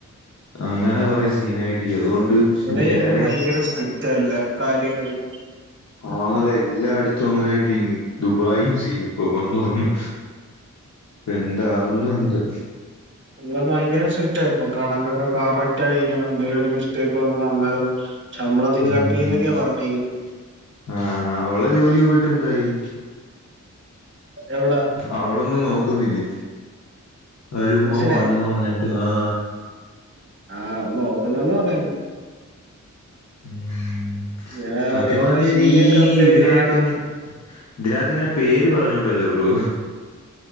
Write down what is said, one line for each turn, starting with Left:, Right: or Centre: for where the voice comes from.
Left: അങ്ങനെ കൊറെ സീനായിട്ട് ഇരിക്ക അതുകൊണ്ട്
Right: ഇവിടെ
Left: വേറെ
Right: ഇപ്പം ഭയങ്കര സ്ട്രിക്റ്റ എല്ല കാര്യങ്ങളും
Left: ആന്ന എല്ലായിടത്തും അങ്ങനെയിട്ട് ദുബായിയും സീൻ ഇപ്പൊ വന്ന വന്ന് എന്താവും എന്തോ
Right: അ ഭയങ്കര സ്ട്രിക്റ്റാപ്പൊ കണക്കൊക്കെ കറക്റ്റ് ആയിരിക്കണം എന്തേലും ഒരു മിസ്റ്റേക്ക് വന്നാൽ അന്നേരം ശമ്പളത്തിന്ന്
Left: ആഹ്
Right: കട്ട് ചെയ്യുന്നൊക്കെയാ
Left: ഉം
Right: പറഞ്ഞേക്കുന്നെ
Left: അവളെ ജോലി പോയിട്ട് എന്തായി
Right: എവിടാ
Left: അവളൊന്നും നോക്കുന്നില്ലേ ഒരു ഉമ്മ
Right: മുസിനെ
Left: പോണ്ടന്ന് പറഞ്ഞിട്ട് ആ
Right: ആഹ് നോക്കുന്നന്ന് പറയുന്ന്
Left: ഉം
Right: ഇങ്ങനെ
Left: സത്യം
Right: ഓരോന്ന്
Left: പറഞ്ഞു കഴിഞ്ഞാ
Right: സി വി
Left: ഈ
Right: ഒക്കെ അപ്ഡേറ്റ്
Left: ഇതിനകത്ത്ങ്ങെനെ
Right: ചെയ്യണം
Left: ഇതിനകത്ത് ഇങ്ങനെ പേര് പറഞ്ഞുകൂടല്ലോ ബ്രോ